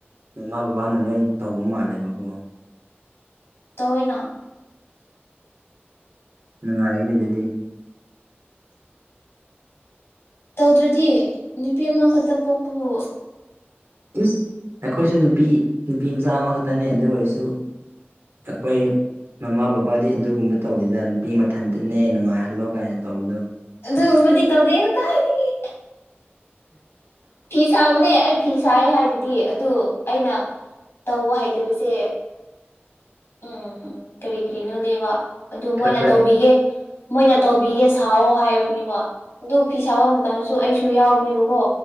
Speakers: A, on the right (about 70°); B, on the left (about 75°).
A: ꯃꯃꯥ ꯕꯕꯥꯅ ꯂꯣꯏꯟ ꯇꯧꯕ ꯃꯥꯜꯂꯦꯕꯀꯣ
B: ꯇꯧꯋꯤꯅ
A: ꯅꯨꯡꯉꯥꯏꯌꯦꯅꯦ ꯑꯗꯨꯗꯤ
B: ꯇꯧꯗ꯭ꯔꯗꯤ ꯅꯨꯄꯤ ꯑꯃꯈꯛꯇ ꯄꯣꯛꯄꯕꯨ
A: ꯏꯁ ꯑꯩꯈꯣꯏꯁꯨ ꯅꯨꯄꯤ ꯅꯨꯄꯤ ꯃꯆꯥ ꯑꯃꯈꯛꯇꯅꯦ ꯑꯗꯨ ꯑꯣꯏꯔꯁꯨ ꯑꯩꯈꯣꯏ ꯃꯃꯥ ꯕꯕꯥꯗꯤ ꯑꯗꯨꯒꯨꯝꯕ ꯇꯧꯗꯦꯗ ꯅꯨꯄꯤ ꯃꯊꯟꯇꯅꯦ ꯅꯨꯡꯉꯥꯏꯍꯜꯂꯣ ꯀꯥꯏꯅ ꯇꯧꯕꯗꯣ
B: ꯑꯗꯨꯕꯨꯗꯤ ꯇꯧꯗꯦ ꯀꯗꯥꯏꯗꯒꯤ ꯐꯤ ꯁꯥꯕꯅꯦ ꯑꯩ ꯐꯤ ꯁꯥꯏ ꯍꯥꯏꯗꯨꯗꯤ ꯑꯗꯨ ꯑꯩꯅ ꯇꯧꯕ ꯍꯩꯇꯕꯁꯦ ꯎꯝ ꯀꯔꯤ ꯀꯔꯤꯅꯣꯅꯦꯕ ꯑꯗꯨ
A: ꯈꯔ
B: ꯃꯣꯏꯅ
A: ꯈꯔ
B: ꯇꯧꯕꯤꯌꯦ ꯃꯣꯏꯅ ꯇꯧꯕꯤꯌꯦ ꯁꯥꯎꯋꯣ ꯍꯥꯏꯕꯅꯤꯕꯣ ꯗꯨ ꯐꯤ ꯁꯥꯕ ꯃꯇꯝꯗꯁꯨ ꯑꯩꯁꯨ ꯌꯥꯎꯕꯅꯦꯕꯀꯣ